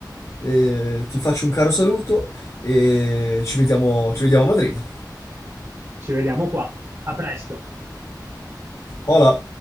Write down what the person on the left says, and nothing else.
eh, ti faccio un caro saluto e ci vediamo, ci vediamo a Madrid.
Hola!